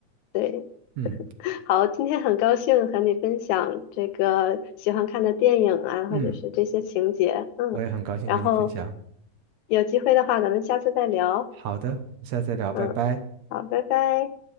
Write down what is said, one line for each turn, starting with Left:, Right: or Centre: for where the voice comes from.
Left: 对，
Right: 嗯
Left: <laughs> 好，今天很高兴和你分享这个喜欢看的电影啊，或者是这些情节，
Right: 嗯，
Left: 嗯，
Right: 我也很高兴和你分享。
Left: 然后有机会的话，咱们下次再聊，
Right: 好的，下次再聊，
Left: 嗯，
Right: 拜拜。
Left: 好，拜拜。